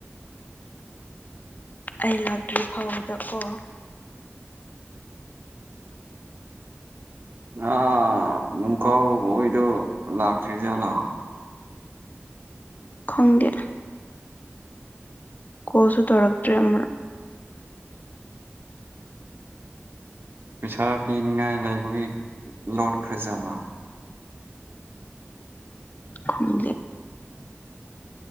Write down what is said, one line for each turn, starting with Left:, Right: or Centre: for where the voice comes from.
Left: ꯑꯩ ꯂꯥꯛꯇ꯭ꯔꯤ ꯐꯥꯎꯕꯗ ꯀꯣ
Right: ꯑꯥ ꯅꯨꯡ ꯀꯥꯎꯕꯣꯏꯗꯣ ꯂꯥꯛꯇ꯭ꯔꯤꯖꯥꯠꯂꯣ
Left: ꯈꯩꯗꯦ ꯀꯣꯜꯁꯨ ꯇꯧꯔꯛꯇ꯭ꯔꯦ ꯑꯃꯔꯛ
Right: ꯄꯩꯁꯥ ꯄꯤꯅꯤꯡꯉꯥꯏ ꯂꯩꯕꯒꯤ ꯂꯣꯠ ꯈꯔꯖꯥꯠꯂ
Left: ꯈꯪꯗꯦ